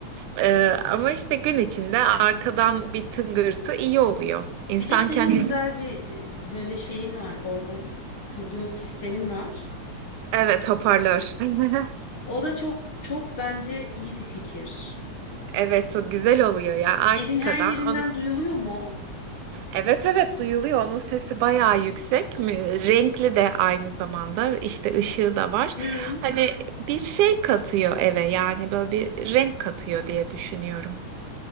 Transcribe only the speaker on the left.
Bir de senin
güzel
bir e, böyle şeyin var orada s- kurduğun sistemin var.
O da çok çok bence iyi bir fikir.
Evin her yerinden
duyuluyor mu?
Hı.